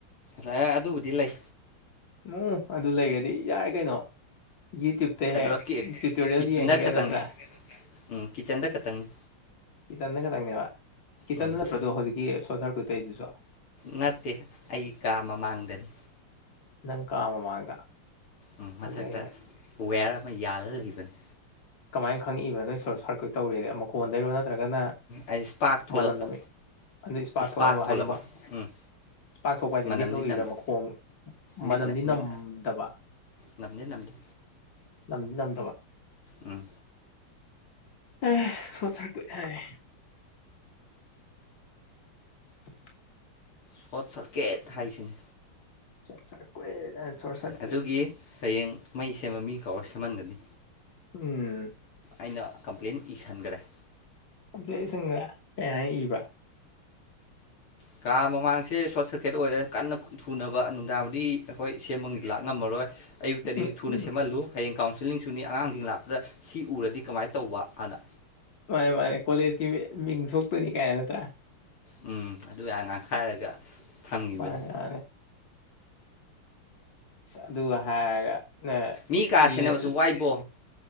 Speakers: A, on the left (about 80°); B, on the left (about 60°).
A: ꯂꯩꯌꯦ ꯑꯗꯨꯕꯨꯗꯤ ꯂꯩ
B: ꯑꯣ ꯑꯗꯨ ꯂꯩꯔꯗꯤ ꯌꯥꯔꯦ ꯀꯩꯅꯣ ꯌꯨꯇ꯭ꯌꯨꯞ ꯇ ꯍꯦꯛ
A: ꯑꯗꯨꯗ
B: ꯇ꯭ꯌꯨꯇꯣꯔꯤꯌꯦꯜ
A: ꯀꯤꯠꯆꯟꯗ
B: ꯌꯦꯡꯉꯒ
A: ꯈꯇꯪꯅꯤ
B: ꯅꯠꯇ꯭ꯔꯥ
A: ꯎꯝ ꯀꯤꯠꯆꯟꯗ ꯈꯇꯪꯅꯤ
B: ꯀꯤꯠꯆꯟꯗ ꯈꯇꯪꯅꯦꯕ ꯀꯤꯠꯆꯟꯗ
A: ꯎꯝ
B: ꯅꯠꯇ꯭ꯔꯣꯗꯣ ꯍꯧꯖꯤꯛꯀꯤ ꯁꯣꯔꯠ ꯁꯥꯔꯀꯨꯏꯠ ꯇꯣꯏꯗꯨꯁꯨ
A: ꯅꯠꯇꯦ ꯑꯩ ꯀꯥ ꯃꯃꯥꯡꯗꯅꯤ
B: ꯅꯪ ꯀꯥ ꯃꯃꯥꯡꯗ
A: ꯎꯝ
B: ꯐꯖꯔꯤꯅꯦ
A: ꯃꯊꯛꯇ ꯋꯦꯌꯔ ꯑꯃ ꯌꯥꯜꯂ ꯂꯩꯕꯅꯤ
B: ꯀꯃꯥꯏꯈꯪꯉꯛꯏꯕ ꯅꯣꯏ ꯁꯣꯔꯠ ꯁꯥꯔꯀ꯭ꯨꯠ ꯇꯧꯔꯦꯗꯤ ꯃꯀꯣꯟꯗꯩꯔꯣ ꯅꯠꯇ꯭ꯔꯒꯅ
A: ꯑꯩ ꯏꯁꯄꯥꯛ ꯊꯣꯛꯂꯛꯄ
B: ꯃꯅꯝ ꯅꯝꯃꯦ ꯑꯗꯩ ꯏꯁꯄꯥꯔꯛ
A: ꯏꯁꯄꯥꯛ
B: ꯊꯣꯛꯑꯕ
A: ꯊꯣꯛꯂꯛꯄ
B: ꯍꯥꯏꯗꯤ ꯃꯛ
A: ꯎꯝ
B: ꯄꯥꯛꯊꯣꯛꯄ ꯍꯥꯏꯁꯦ
A: ꯃꯅꯝꯗꯤ
B: ꯃꯤꯠꯅ ꯎꯨꯏꯔ
A: ꯅꯝꯗꯦ
B: ꯃꯈꯣꯡ
A: ꯃꯤꯠꯅ
B: ꯃꯅꯝꯗꯤ ꯅꯝꯗꯕ
A: ꯃꯤꯠꯅ ꯅꯝꯗꯦ ꯅꯝꯗꯦ
B: ꯅꯝꯗꯤ ꯅꯝꯗꯕ
A: ꯎꯝ
B: ꯑꯦ ꯁꯣꯔꯠ ꯁꯥꯔꯀ꯭ꯌꯨꯠ ꯍꯥꯏ <inaudible>
A: ꯁꯣꯔꯠ ꯁꯥꯔꯀꯦꯠ ꯍꯥꯏꯁꯤꯅꯤ
B: ꯁꯣꯔꯠ ꯁꯥꯔꯀꯨ꯭ꯏꯠ ꯍꯥꯏ ꯁꯣꯔꯠ ꯁꯥꯔꯀꯨ꯭ꯏꯠ
A: ꯑꯗꯨꯒꯤ ꯍꯌꯦꯡ ꯃꯩ ꯁꯦꯝꯕ ꯃꯤ ꯀꯧꯔ ꯁꯦꯝꯃꯟꯒꯅꯤ
B: ꯎꯝ
A: ꯑꯩꯅ ꯀꯝꯄ꯭ꯂꯦꯟ ꯏꯁꯟꯒꯔꯦ
B: ꯀꯝꯄ꯭ꯂꯦꯟ ꯏꯁꯟꯒ꯭ꯔꯦ ꯀꯩ ꯍꯥꯏꯅ ꯏꯕ
A: ꯥꯀꯥ ꯃꯃꯥꯡꯁꯦ ꯁꯣꯔꯠ ꯁꯔꯀꯤꯠ ꯑꯣꯏꯔꯦ ꯀꯟꯅ ꯊꯨꯅꯕ ꯇꯥꯕꯨꯗꯤ ꯑꯈꯣꯏ ꯁꯦꯝꯃ ꯂꯥꯛ ꯉꯝꯃꯔꯣꯏ ꯑꯌꯨꯛꯇꯗꯤ
B: ꯎꯝ
A: ꯊꯨꯅ
B: ꯎꯝ ꯎꯝ
A: ꯁꯦꯝꯃꯜꯂꯨ ꯍꯌꯦꯡ ꯀꯥꯎꯟꯁꯤꯜꯂꯤꯡꯁꯨꯅꯤ ꯑꯉꯥꯡꯁꯤꯡ ꯂꯥꯛꯄꯗ ꯁꯤ ꯎꯔꯗꯤ ꯀꯃꯥꯏ ꯇꯧꯕ ꯑꯅ
B: ꯃꯥꯅꯦ ꯃꯥꯅꯦ ꯀꯣꯂꯦꯖꯀꯤ ꯃꯤ ꯃꯤꯡ ꯁꯣꯛꯇꯣꯏꯅꯤ ꯀꯥꯏ ꯅꯠꯇ꯭ꯔꯥ
A: ꯑꯦ ꯎꯝ ꯑꯗꯨ ꯌꯥ ꯉꯥꯡꯈꯥꯏꯔꯒ ꯊꯝꯈꯤꯕꯅꯤ
B: ꯃꯥꯟꯅꯦ ꯃꯥꯟꯅꯦ ꯑꯁ ꯑꯗꯨꯒ ꯍꯥꯏꯔꯒ ꯅ
A: ꯃꯤ ꯀꯥ ꯁꯦꯟꯅꯕꯁꯨ
B: ꯂꯦ
A: ꯋꯥꯏ ꯕꯣ